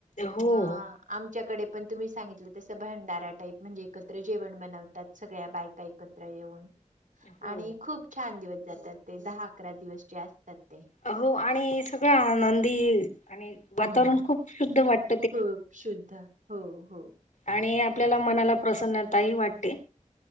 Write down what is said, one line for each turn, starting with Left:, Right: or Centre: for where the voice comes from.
Left: हो
Right: म. आमच्याकडे पण तुम्ही सांगितलं तसं भंडारा टाईप म्हणजे एकत्र जेवण बनवतात सगळ्या बायका एक त्र येऊन
Left: हो
Right: आणि खूप छान दिवस जातात ते दहा अकरा दिवस जे असतात ते.
Left: अ हो आणि सगळं आनंदी आणि वातावरण
Right: हम्म
Left: खूप शुद्ध वाट
Right: खूप शुद्ध हो हो.
Left: आणि आपल्याला मनाला प्रसन्नता ही वाटते